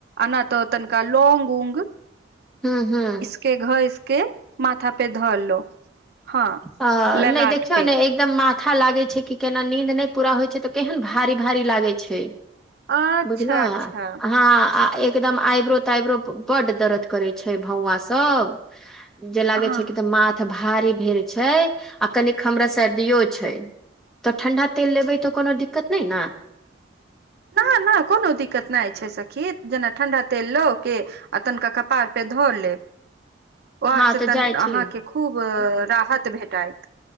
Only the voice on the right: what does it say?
अना तऽ तनिका लौंग उऊंग
के घसय कें माथा पे धर लो हँ
ललाट
पे
अच्छा
अच्छा
हँ
ना ना कोनो दिक्कत नहि छै सखी जेना ठंडा तेल लो के आ तनिका कपार पे धो लेब वह
से
तन
अहाँके खूब राहत भेटाायत